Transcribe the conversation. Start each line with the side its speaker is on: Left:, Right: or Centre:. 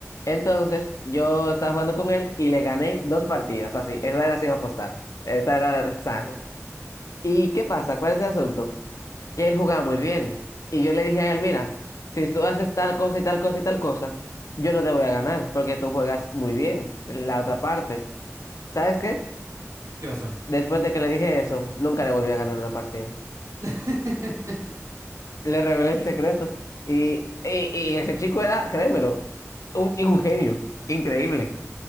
Left: Entonces, yo estaba jugando con él y le gané dos partidas, así, esta era sin apostar, esta era sana. ¿Y qué pasa? ¿Cuál es el asunto? Que él jugaba muy bien y yo le dije a él, mira, si tú haces tal cosa y tal cosa y tal cosa, yo no te voy a ganar porque tú juegas muy bien en la otra parte. ¿Sabes qué?
Right: ¿Qué pasó?
Left: Después de que le dije eso, nunca le volví a ganar una partida.
Right: <laughs>
Left: Le revelé el secreto. Y, y- y ese chico era, créemelo, un, un genio, increíble.